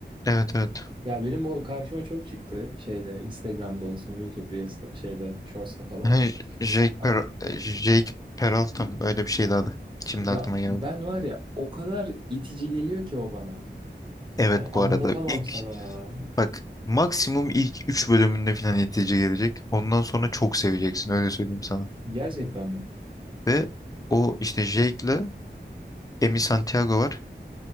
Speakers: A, on the left; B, on the right.
A: Evet evet.
B: Ya benim o karşıma çok çıktı şeyde Instagram'da olsun YouTube Reels'ta şeyde Shorts'ta falan.
A: Yani Jake,
B: Ya,
A: Per Jake Peralta mı? Öyle bir şeydi adı. Şimdi
B: ya
A: aklıma geldi.
B: ben var ya o kadar itici geliyor ki o bana.
A: Evet
B: Hani anlatamam
A: bu arada ilk
B: sana ya.
A: bak maksimum ilk 3 bölümünde falan netice gelecek. Ondan sonra çok seveceksin öyle söyleyeyim sana.
B: Gerçekten mi?
A: Ve o işte Jake'le Emi Santiago var.